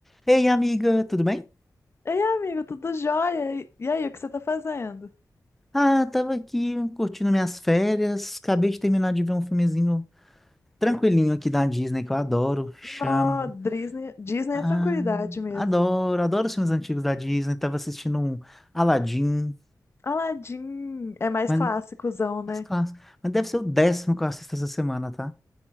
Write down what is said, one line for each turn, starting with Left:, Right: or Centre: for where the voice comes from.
Centre: Ei, amiga, tudo bem?
Left: Ei, amigo, tudo jóia? E e aí, o que você tá fazendo?
Centre: Ah, tava aqui curtindo minhas férias. Acabei de terminar de ver um filmezinho tranquilinho aqui da Disney que eu adoro. Chama.
Left: Nó, Disney, Disney
Centre: Ah,
Left: é tranquilidade mesmo.
Centre: adoro, adoro os filmes antigos da Disney. Tava assistindo um Aladdin,
Left: Aladdin é mais
Centre: mas,
Left: clássicozão, né?
Centre: mas clássico. Mas deve ser o décimo que eu assisto essa semana, tá?